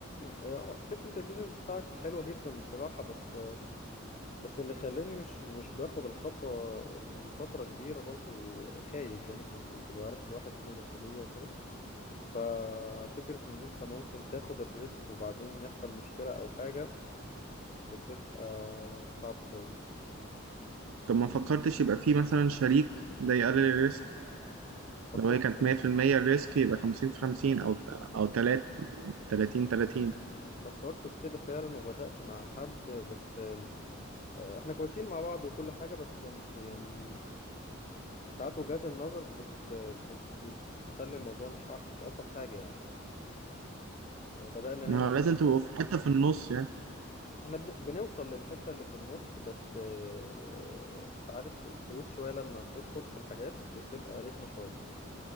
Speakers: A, on the left; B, on the right.
A: آه، فكرة البيزنس بتاعك حلوة جدا بصراحة بس بس اللي خلاني مش مش باخد الخطوة من فترة كبيرة برضو خايف زي ما انت بتقول كده عارف الواحد فيه مسؤولية وكده ففكرة ان انت ممكن تاخد الريسك وبعدين يحصل مشكلة او حاجة بتبقى صعب شوية
B: طب ما فكرتش يبقى فيه مثلا شريك ده يقلل الريسك
A: فكرت
B: لو هي كانت 100% الريسك يبقى 50 في 50 أو أو تلاتة 30 30
A: فكرت في كده فعلا وبدأت مع حد بس آم، آه، احنا كويسين مع بعض وكل حاجة بس آم، يعني ساعات وجهات النظر بت بت بتخلي الموضوع مش أ- مش ألطف حاجة يعني آه، بدأنا
B: ما
A: نعمل
B: هو لازم
A: حاجات
B: تبقوا في- حتى في النص يعني
A: احنا بن- بنوصل للحتة اللي في النص بس آه، انت عارف الفلوس شوية لما بتدخل في الحاجات بتبقى رخمة شوية